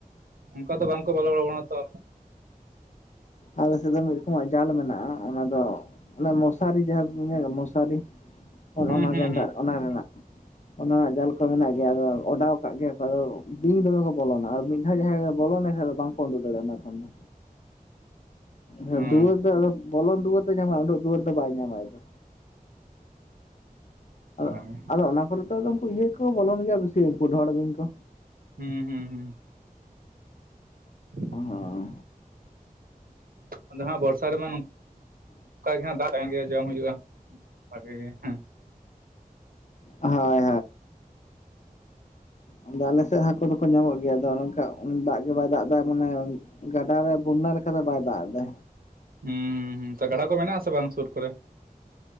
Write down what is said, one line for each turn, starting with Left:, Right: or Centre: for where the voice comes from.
Right: ᱚᱱᱠᱟ ᱫᱚ ᱵᱟᱝᱠᱚ ᱵᱚᱞᱚ ᱵᱟᱲᱟᱣ ᱟᱠᱟᱱᱟ ᱛᱚ᱾
Left: ᱟᱞᱮᱥᱮᱫ ᱫᱚ ᱢᱤᱫ ᱨᱚᱠᱚᱢᱟᱜ ᱡᱟᱞ ᱢᱮᱱᱟᱜᱼᱟ ᱚᱱᱟ ᱫᱚ ᱚᱱᱮ ᱢᱚᱥᱟᱨᱤ ᱡᱟᱦᱟᱸ ᱠᱚᱠᱚ ᱢᱮᱱᱮᱜ-ᱟ ᱢᱚᱥᱟᱨᱤ ᱚᱱ
Right: ᱦᱩᱸ
Left: ᱚᱱᱟ
Right: ᱦᱩᱸ
Left: ᱡᱮᱱᱵᱟᱨ
Right: ᱦᱩᱸ
Left: ᱚᱱᱟ ᱨᱮᱱᱟᱜ ᱚᱱᱟ ᱡᱟᱞ ᱠᱚ ᱢᱮᱱᱟᱜ ᱜᱮᱭᱟ ᱟᱫᱚ ᱚᱰᱟᱣ ᱠᱟᱜ ᱜᱮᱭᱟ ᱠᱚ ᱟᱫᱚ ᱵᱤᱧ ᱫᱚᱢᱮ ᱠᱚ ᱵᱚᱞᱚᱱᱟ ᱟᱨ ᱢᱤᱫ ᱦᱮᱸ ᱡᱟᱦᱟᱸᱭ ᱫᱚ ᱵᱚᱞᱚᱞᱮᱱ ᱠᱷᱟᱡ ᱫᱚ ᱵᱟᱝᱠᱚ ᱩᱰᱩᱠ ᱫᱟᱲᱮᱭᱟᱜᱼᱟ ᱚᱱᱟ ᱠᱷᱚᱱ ᱫᱚ ᱦᱮᱸ
Right: ᱚ ᱚᱱᱠᱟ
Left: ᱫᱩᱣᱟᱹᱨ ᱫᱚ ᱟᱫᱚ ᱵᱚᱞᱚᱱ ᱫᱩᱣᱟᱹᱨ ᱫᱚᱭ ᱧᱟᱢᱟ ᱚᱰᱚᱜ ᱫᱩᱣᱟᱹᱨ ᱫᱚ ᱵᱟᱭ ᱧᱟᱢᱟ ᱟᱫᱚ ᱟᱫᱚ
Right: ᱜᱮ
Left: ᱟᱫᱚ ᱚᱱᱟ ᱠᱚᱨᱮ ᱛᱚ ᱩᱱᱠᱩ ᱤᱭᱟᱹ ᱠᱚ ᱵᱚᱞᱚᱱ ᱜᱮᱭᱟ ᱵᱤᱥᱤ ᱩᱝᱠᱩ ᱰᱷᱚᱬ ᱵᱤᱧ ᱠᱚ
Right: ᱦᱩᱸ ᱦᱩᱸ ᱦᱩᱸ ᱦᱩᱸ
Left: ᱟᱦᱟᱸ
Right: ᱟᱫᱚ ᱦᱟᱸᱜ ᱵᱚᱨᱥᱟ ᱨᱮᱢᱟ ᱱᱚᱜ ᱱᱚᱝᱠᱟ ᱜᱮ ᱦᱟᱸᱜ ᱫᱟᱜ ᱛᱟᱦᱮᱱ ᱜᱮᱭᱟ ᱡᱚᱢ ᱦᱩᱭᱩᱜᱼᱟ ᱵᱷᱟᱜᱮ ᱜᱮ ᱦᱮᱸ
Left: ᱟᱦᱟᱭ ᱟᱫᱚ ᱟᱞᱮ ᱥᱮᱫ ᱦᱟᱹᱠᱩ ᱫᱚᱠᱚ ᱧᱟᱢᱚᱜ ᱜᱮᱭᱟ ᱟᱫᱚ ᱚᱱᱟ ᱫᱚ ᱫᱟᱜ ᱫᱟᱜ ᱜᱮ ᱵᱟᱭ ᱫᱟᱜ ᱮᱫᱟ ᱢᱟᱱᱮ ᱜᱟᱰᱟ ᱨᱮ ᱵᱚᱱᱱᱟ ᱞᱮᱠᱟ ᱫᱚ ᱵᱟᱭ ᱫᱟᱜ ᱮᱫᱟ᱾
Right: ᱦᱩᱸ ᱦᱩᱸ ᱦᱩᱸ ᱛᱟ ᱜᱟᱲᱟ ᱠᱚ ᱢᱮᱱᱟᱜ ᱟᱥᱮ ᱵᱟᱝ ᱥᱩᱨ ᱠᱚᱨᱮ